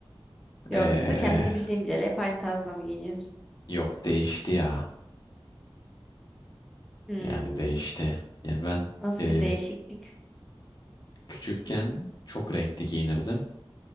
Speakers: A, in the centre; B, on the left (about 50°).
A: Yoksa
B: Ee,
A: kendini bildiğin bileli hep aynı tarzda mı giyiniyorsun?
B: yok değişti ya.
A: Hmm,
B: Yani değişti. Yani ben
A: nasıl
B: e,
A: bir değişiklik?
B: küçükken çok renkli giyinirdim.